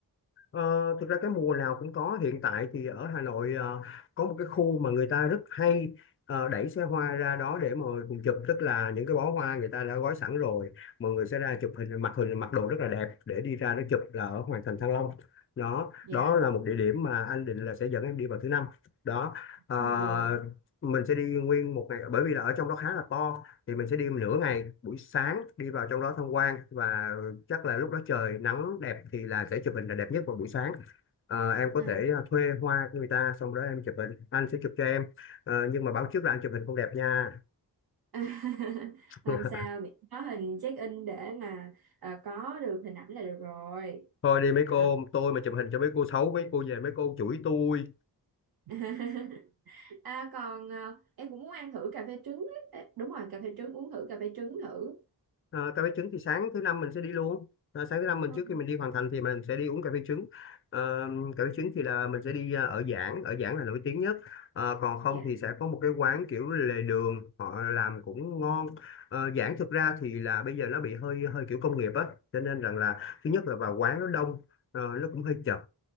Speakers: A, on the left; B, on the right.
A: Ờ, thực ra cái mùa nào cũng có hiện tại thì ở Hà Nội ờ, có một cái khu mà người ta rất hay ờ, đẩy xe hoa ra đó để mà cùng chụp tức là những cái bó hoa người ta đã gói sẵn rồi mọi người sẽ ra chụp hình mặc hình mặc đồ rất là đẹp để đi ra đó chụp là ở Hoàng thành Thăng Long đó
B: dạ
A: đó là một địa điểm mà anh định là sẽ dẫn em đi vào thứ năm đó Ờ,
B: Ừ.
A: mình sẽ đi nguyên một ngày bởi vì là ở trong đó khá là to thì mình sẽ đi nửa ngày buổi sáng đi vào trong đó tham quan và chắc là lúc đó trời nắng đẹp thì là sẽ chụp hình là đẹp nhất vào buổi sáng Ờ, em có
B: à.
A: thể ờ, thuê hoa người ta xong đó em chụp hình anh sẽ chụp cho em Ờ, nhưng mà báo trước là anh chụp hình không đẹp nha
B: <laughs>
A: <laughs>
B: không sao miễn có hình check in để mà ờ, có được hình ảnh là được rồi
A: thôi đi mấy
B: Ờ.
A: cô tôi mà chụp hình cho mấy cô xấu mấy cô về mấy cô chửi tôi
B: <laughs> à còn ờ, em cũng muốn ăn thử cà phê trứng ấy. Ê, đúng rồi cà phê trứng uống thử cà phê trứng thử
A: Ờ, cà phê trứng thì sáng thứ năm mình sẽ đi luôn Ờ, sáng thứ năm mình
B: Ừ.
A: trước khi mình đi hoàn thành thì mình sẽ đi uống cà phê trứng Ờ, cà phê trứng thì là mình sẽ đi ờ, ở Giảng ở Giảng là nổi tiếng nhất Ờ, còn không
B: dạ
A: thì sẽ có một cái quán kiểu lề đường họ làm cũng ngon Ờ, Giảng thực ra thì là bây giờ nó bị hơi hơi kiểu công nghiệp á cho nên rằng là thứ nhất là vào quán nó đông ờ, nó cũng hơi chật